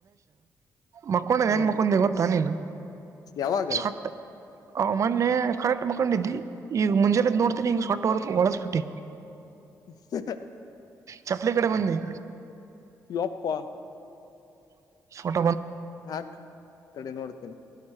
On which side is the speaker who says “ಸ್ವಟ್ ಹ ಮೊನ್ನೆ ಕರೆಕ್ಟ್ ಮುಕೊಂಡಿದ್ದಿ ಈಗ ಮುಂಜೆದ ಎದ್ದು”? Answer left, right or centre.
Right